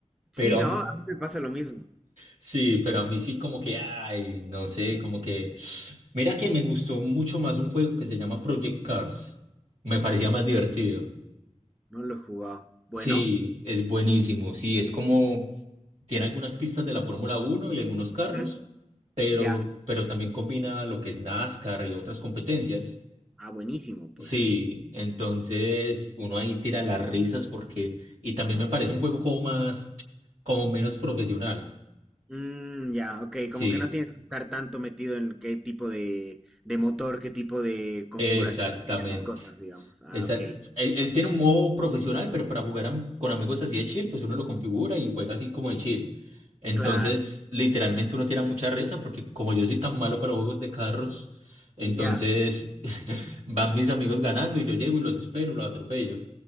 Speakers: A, on the right; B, in the centre.
A: Pero
B: Sí, no, a mí me pasa lo mismo.
A: Sí, pero a mí sí como que, ay, no sé, como que... <sniffs> Mira que me gustó mucho más un juego que se llama Project Cars. Me parecía
B: Uy,
A: más divertido.
B: No lo he jugado. Bueno,
A: Sí, es buenísimo. Sí, es como... Tiene algunas pistas de la Fórmula Uno y algunos carros,
B: ujú,
A: pero,
B: ya.
A: pero también combina lo que es NASCAR y otras competencias.
B: Ah, buenísimo, pues.
A: Sí, entonces uno ahí tira las risas porque... Y también me parece un juego como más... como menos profesional.
B: Mm, ya, ok,
A: Sí.
B: como que no tienes que estar tanto metido en qué tipo de, de motor, qué tipo de configuraciones
A: Exactamente.
B: y demás cosas, digamos. Ah,
A: Exact-
B: ok,
A: Él, él tiene un modo profesional, pero para jugar am- con amigos así de chill, pues uno lo configura y juega así como de chill. Entonces,
B: claro,
A: literalmente uno tira mucha risa porque como yo soy tan malo para los juegos de carros, entonces
B: ya.
A: <laughs> van mis amigos ganando y yo llego y los espero, los atropello.